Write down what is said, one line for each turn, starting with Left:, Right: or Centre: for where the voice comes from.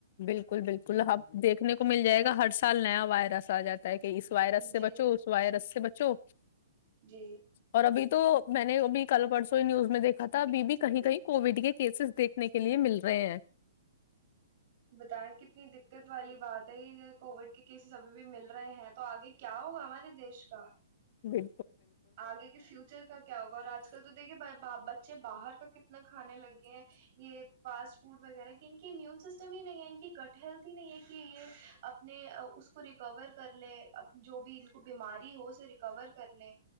Left: بالکل بالکل اب دیکھنے کو مل جائے گا ہر سال نیا وائرس آ جاتا کہ اس وائرس سے
Right: جی
Left: بچو اس وائرس سے بچ چو
Right: جی
Left: اور ابھی تو میں نے ابھی کل پرسوں نیوز میں دیکھا تھا ابھی بھی کہیں کہیں کووڈ کے کیسز دیکھنے کے لیے مل رہے ہیں
Right: بتائیں کتنی دقت والی بات کووڈ کے کیس ابھی بھی مل رہے ہیں تو آگے کیا ہوگا ہمارے دیش کا
Left: جی
Right: آگے کے فیوچر کا کیا ہوگا اور آج کل تو دیکھے ب بچے باہر کا کتنا کھانے لگے ہیں یہ فاسٹ فوڈ وغیرہ کی ان کے امیون سسٹم ہی نہیں ہے ان کی گٹ ہیلتھ ہی نہیں ہے کہ کہ یہ اپنے اس اس کو ریکور کر لیں جو بھی ان کو بیماری ہو اسے ریکور کر لیں